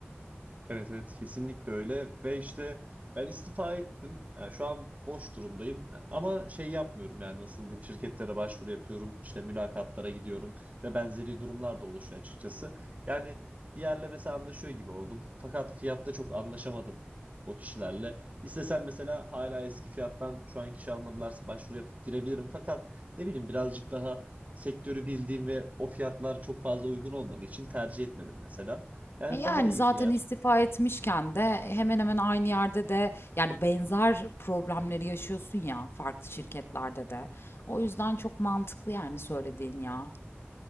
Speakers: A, on the right; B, on the left.
A: Evet evet kesinlikle öyle ve işte ben istifa ettim. Yani şu an boş durumdayım ama şey yapmıyorum yani nasıl diyeyim şirketlere başvuru yapıyorum işte mülakatlara gidiyorum ve benzeri durumlar da oluşuyor açıkçası. Yani bir yerle mesela anlaşıyor gibi oldum fakat fiyatta çok anlaşamadım o kişilerle. İstesem mesela hala eski fiyattan şu an kişi almadılarsa başvuru yapıp girebilirim fakat ne bileyim birazcık daha sektörü bildiğim ve o fiyatlar çok fazla uygun olmadığı için tercih etmedim mesela. Yani
B: E, yani
A: daha iyi
B: zaten
A: bir yer.
B: istifa etmişken de hemen hemen aynı yerde de yani benzer problemleri yaşıyorsun ya farklı şirketlerde de. O yüzden çok mantıklı yani söylediğin ya.